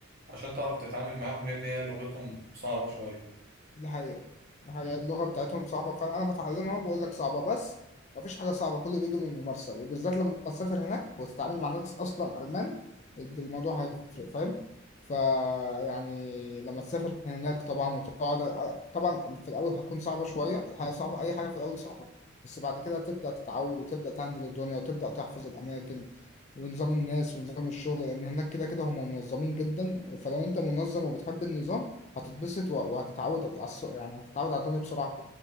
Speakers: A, on the right; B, on the left.
A: عشان تعرف تتعامل معاهم لان هي لغتهم صعبة شوية
B: دي حقيقة دي حقيقة اللغة بتاعتهم صعبة فعلا أنا بتعلمها وبقول لك صعبة بس مفيش حاجة صعبة كله بيجي من الممارسة وبالذات لما تسافر هناك وتتعامل مع ناس أصلا ألمان الموضوع هيفرق فاهم فيعني لما تسافر هناك طبعا وتقعد طبعا في الأول هتكون صعبة شوية الحياة صعبة أي حاجة في الأول صعبة بس بعد كده تبدأ تتعود وتبدأ تهندل الدنيا وتبدأ تحفظ الأماكن ونظام الناس ونظام الشغل لأن هناك كده كده هم منظمين جدا فلو أنت منظم وبتحب النظام هتتبسط و- وهتتعود على السوق يعني هتتعود على الدنيا بسرعة